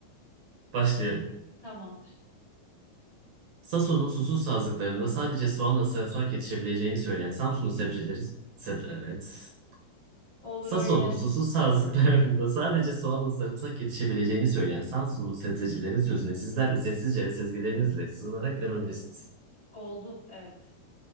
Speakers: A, on the right (about 70°); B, on the left (about 15°).
A: Başlıyorum.
B: tamamdır.
A: Sason'un susuz sazlıklarında sadece soğanla sarımsak yetişebileceğini söyleyen Samsunlu sebzecileri. Seb evet.
B: Olur
A: Sason'un
B: öyle.
A: susuz sazlıklarında sadece soğanla sarımsak yetişebileceğini söyleyen Samsunlu sebzecilerin sözüne sizler de sessizce ve sezgilerinizle sığınarak inanabilirsiniz.
B: Oldu, evet.